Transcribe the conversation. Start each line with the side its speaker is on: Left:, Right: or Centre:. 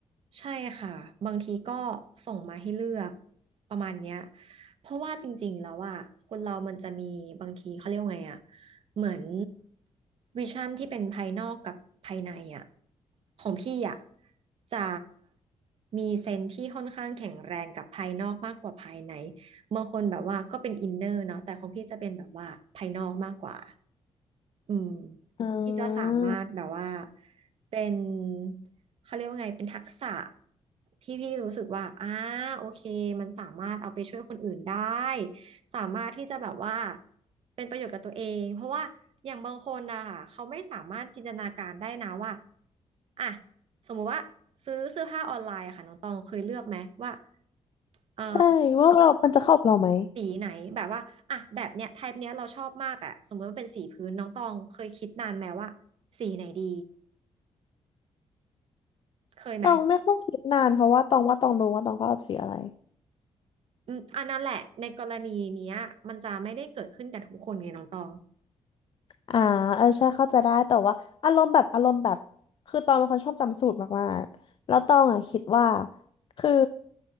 Right: ใช่ค่ะบางทีก็ส่งมาให้เลือกประมาณเนี้ยเพราะว่าจริงๆแล้วอ่ะคนเรามันจะมีบางทีเขาเรียกว่าไงอ่ะเหมือนวิชั่นที่เป็นภายนอกกับภายในอ่ะของพี่อ่ะจะมีเซนส์ที่ค่อนข้างแข็งแรงกับภายนอกมากกว่าภายในบางคนแบบว่าก็เป็นอินเนอร์เนาะแต่ของพี่จะเป็นแบบว่าภายนอกมากกว่า อืม
Left: อ่า
Right: ที่จะสามารถแบบว่าเป็นเขาเรียกว่าไงเป็นทักษะที่พี่รู้สึกว่าอ่าโอเคมันสามารถเอาไปช่วยคนอื่นได้สามารถที่จะแบบว่าเป็นประโยชน์กับตัวเองเพราะว่าอย่างบางคนนะคะเขาไม่สามารถจินตนาการได้นะว่าอ่ะสมมุติว่าซื้อเสื้อผ้าออนไลน์อะค่ะน้องตองเคยเลือกไหมว่าเออ
Left: ใช่ว่าเรามันจะเข้ากับเราไหม
Right: สีไหนแบบว่าอ่ะแบบเนี้ยไทป์เนี้ยเราชอบมากแต่สมมติว่าเป็นสีพื้นน้องตองเคยคิดนานไหมว่าสีไหนดีเคยไหม
Left: ตอง ไม่ค่อยคิดนาน เพราะว่าตองว่าตองรู้ว่าตองเข้ากอบสีอะไร
Right: อืมอันนั้นแหละในกรณีเนี้ยมันจะไม่ได้เกิดขึ้นกับทุกคนไงน้องตอง
Left: อ่าเออใช่เข้าใจได้แต่ว่าอารมณ์แบบอารมณ์แบบคือตองเป็นคนชอบจำสูตรมากๆแล้วตองอ่ะคิดว่าคือ